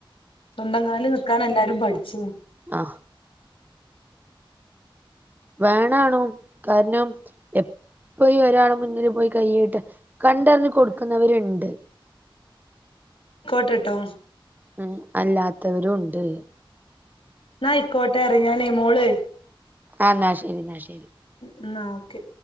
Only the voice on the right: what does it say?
ആ വേണാണോ കാരണം എ പോയി ഒരാളെ മുന്നില് പോയി കൈയിട്ട് കണ്ടറിഞ് കൊടുക്കുന്നവരുണ്ട്
ഉം അല്ലാത്തവരും ഉണ്ട്
ആ എന്നാ ശരി എന്നാ ശരി